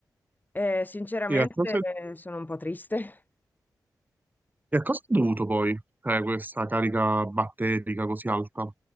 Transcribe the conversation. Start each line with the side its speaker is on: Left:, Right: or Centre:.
Left: E sinceramente
Right: E a cosa,
Left: eh,
Right: e
Left: sono un po' triste.
Right: a cosa è dovuto poi, cioè, questa carica batterica così alta?